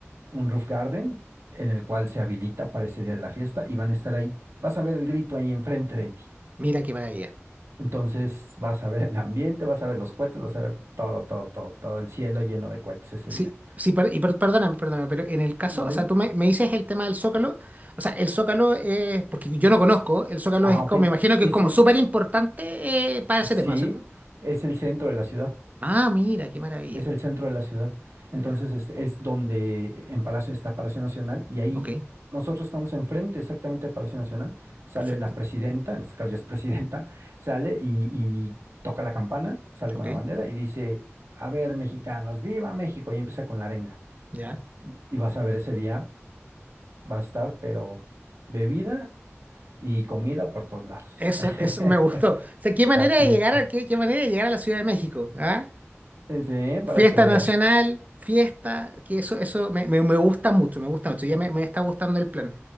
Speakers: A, on the right; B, on the right.
A: un roof garden en el cual se habilita para ese día de la fiesta y van a estar ahí. Vas a ver el grito ahí enfrente de ti.
B: Mira qué maravilla.
A: Entonces vas a ver el ambiente, vas a ver los cohetes, vas a ver todo, todo, todo, todo el cielo lleno de cohetes ese
B: Sí,
A: día.
B: sí, per- y per- perdóname, perdóname, pero en el caso,
A: No
B: o
A: dime.
B: sea, tú me, me dices el tema del Zócalo, o sea, el Zócalo es, porque yo no conozco, el Zócalo
A: Ah,
B: es
A: ok.
B: como,
A: e-
B: me imagino que
A: Es
B: es como
A: el,
B: súper importante eh, para
A: sí,
B: ese tema, ¿cierto?
A: es el centro de la ciudad.
B: Ah, mira, qué maravilla,
A: Es el centro de la ciudad. Entonces,
B: mira,
A: este, es donde en Palacio está Palacio Nacional y ahí
B: ok,
A: nosotros estamos enfrente exactamente de Palacio Nacional. Sale
B: perfecto,
A: la presidenta, en este caso ya es presidenta, <laughs> sale y, y toca la campana, sale
B: ok,
A: con la bandera y dice, a ver, mexicanos, viva México. Y empieza con la arenga.
B: ya,
A: Y, y vas a ver ese día, va a estar, pero bebida y comida por todos lados.
B: eso,
A: <laughs>
B: eso me gustó, o sea, qué manera
A: La fiesta.
B: de llegar a, qué, qué manera de llegar a la Ciudad de México, ¿ah?
A: Sí, para
B: Fiesta
A: que veas.
B: nacional, fiesta, que eso, eso me, me, me gusta mucho, me gusta mucho, ya me, me está gustando el plan.